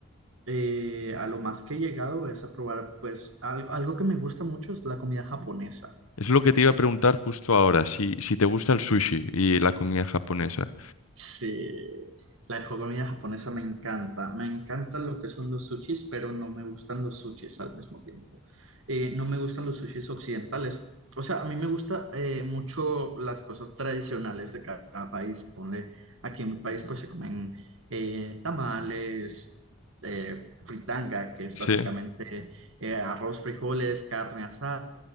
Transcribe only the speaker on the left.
Es lo que te iba a preguntar justo ahora, si, si te gusta el sushi y la comida japonesa.
Sí,